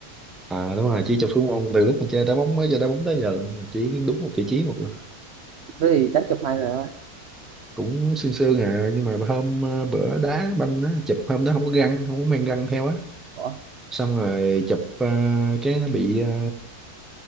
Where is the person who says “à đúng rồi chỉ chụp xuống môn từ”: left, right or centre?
Centre